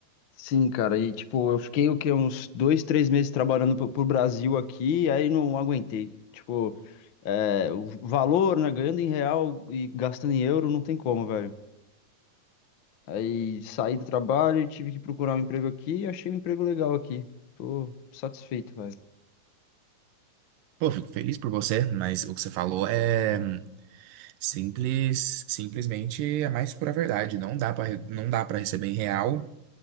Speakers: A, on the left; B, on the right.
A: Sim, cara, e, tipo, eu fiquei, o quê, uns dois, três meses trabalhando pro, pro Brasil aqui, aí não aguentei. Tipo, é, o valor, né, ganhando em real e gastando em euro, não tem como, velho. Aí saí do trabalho e tive que procurar um emprego aqui e achei um emprego legal aqui. Tô satisfeito, velho.
B: Pô, fico feliz por você, mas o que você falou é. Simples, simplesmente é mais pura verdade. Não dá para não dá para receber em real,